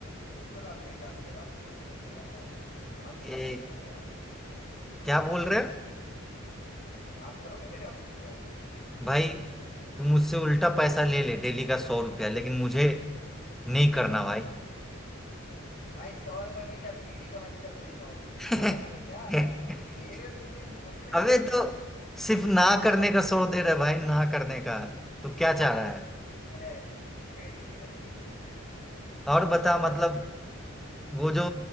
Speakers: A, on the left (about 45°); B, in the centre.
A: बिल्कुल आप सही बात कह रहे हो आप दो सौ परसेंट आप बात सही कह रहे हो आपको
B: ए,
A: चाहिए क्या मेरे ऑफिस में job?
B: क्या बोल रहे हो
A: आप करोगे मेरे ऑफिस में जॉब
B: भाई तुम मुझसे उल्टा पैसा ले ले डेली का सौ रुपया लेकिन मुझे नहीं करना
A: अरे
B: भाई
A: यार भाई सौ रुपए में क्या बीड़ी का बंडल खरीदवाओगे मेरे
B: <laughs>
A: से सौ रुपए में क्या आता है आजकल कुछ दे रहे हो तो थोड़ी मोटी रकम
B: अबे
A: दीजिए
B: तो सिर्फ ना करने का सौ दे रहा है भाई ना करने का तो क्या चाह रहा है
A: अरे अच्छे फिर ठीक है फिर ठीक है
B: और बता मतलब वो जो